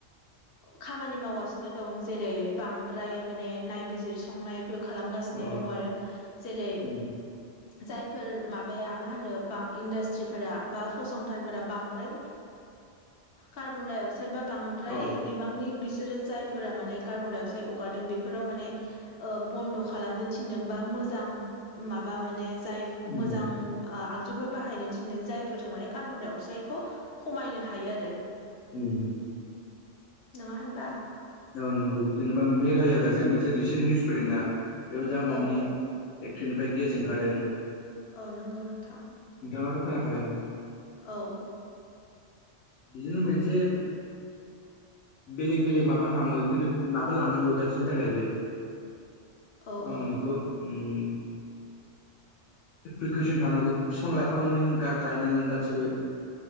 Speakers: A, on the left; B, on the left.
A: खामानि मावगासिनो दं जेरै बांद्राय माने नायबिजिर संनायबो खालामगासिनो
B: अ
A: दङ आरो जेरै
B: उम
A: जायफोर माबाया मा होनो बा इन्डास्ट्रिफोरा बा फसंथानफोरा बांद्राय कार्बन डाइअक्साइद बा बां बांद्राय
B: अ
A: बिबांनि बिसोरो जायफोरा माने कार्बनडाइ अक्साइड हगारदों बेफोराव माने बन्द' खालामनो थिनदोंबा मोजां माबा माने जाय
B: उम
A: मोजां आगजुफोर बाहायनो थिनदों जायफोरजों माने कार्बन डाइ अक्साइदखौ खमायनो हायो आरो
B: उम
A: नङा होनबा।
B: औ नंगौ जेनेबा मेघालयआव दासो मोनसे रिसेन्ट निउस फैदोंना बेयाव जा माबानि
A: औ औ
B: फेक्ट्रिनिफ्राय गेस ओंखारदों
A: औ नंगौ नोंथां।
B: नोंथाङाथ' खोनाखादों
A: औ।
B: बिदिनो मोनसे बेलेग बेलेग माबा माबा हामो खिन्थु माबा लानांगौ गाससिनि थाखायबो आ
A: औ औ
B: मोनोन बेखौ उम प्रिकसन थानांगौ फिफां लाइफां नों गा-गायनांगोन गासिबो